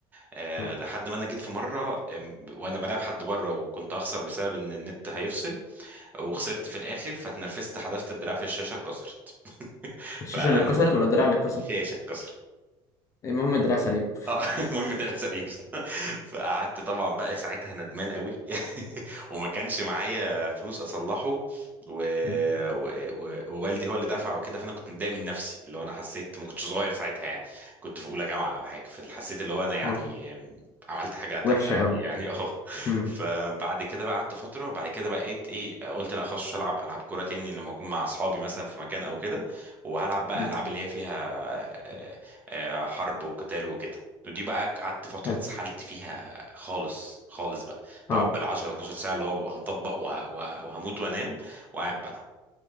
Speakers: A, on the right; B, on the left.
A: آه،
B: اه
A: لحد ما انا جيت في مره آم، وانا بلعب حد بره وكنت هخسر بسبب ان النت هيفصل وخسرت في الاخر فاتنرفزت حذفت الدراع في الشاشه اتكسرت <laughs>
B: الشاشة
A: فالشاشه
B: اللي اتكسرت ولا الدراع اللي اتكسر
A: اتكسرت
B: المهم الدراع سليم
A: اه <laughs> المهم ان العسلين <laughs> فقعدت طبعا بقى ساعتها ندمان قوي <laughs> وما كانش معايا فلوس اصلحه و...
B: مم.
A: و... و... ووالدي هو اللي دفع وكده فانا كنت متضايق من نفسي اللي هو انا حسيت ما كنتش صغير ساعتها يعني كنت في اولى جامعه او حاجه فحسيت اللي هو انا يعني
B: اه
A: عملت حاجه تافهه
B: وحشة
A: قوي
B: قوي
A: يعني اه <laughs>
B: مم.
A: فبعد كده بقى قعدت فتره وبعد كده بقيت ايه قلت لا خلاص مش هلعب العاب كوره تاني لما اكون مع اصحابي مثلا في مكان او كده وهلعب بقى
B: مم.
A: العاب اللي هي فيها آه، آه، حرب وقتال وكده ودي بقى قعدت فترة
B: حلو
A: اتسحلت فيها خالص خالص بقى
B: اه
A: بقعد بالعشرة 12 ساعة اللي هو ببقى مطبق وه... وه... وهموت وانام وقاعد بلعب